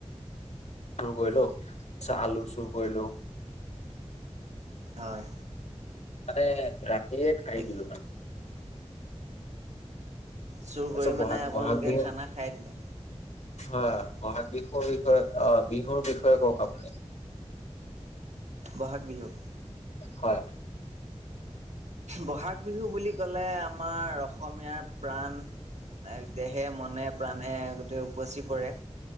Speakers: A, on the left; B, on the right.
A: চুৰ কৰিলো, ছা আলু চুৰ কৰিলো।
B: হয়।
A: মানে ৰাতিয়ে খাই
B: এক
A: দিলো মান-
B: চুৰ কৰি
A: এছাব বহাগ
B: মানে আপোনালোকে
A: বহাগ বিহু
B: খানা খাই দিলে
A: হয় বহাগ বিহুৰ বিষয়ে অ বিহুৰ বিষয়ে কওক আপুনি?
B: বহাগ বিহু।
A: হয়।
B: বহাগ বিহু বুলি ক'লে আমাৰ অসমীয়াৰ প্ৰাণ দেহে মনে প্ৰাণে গোটেই উপচি পৰে।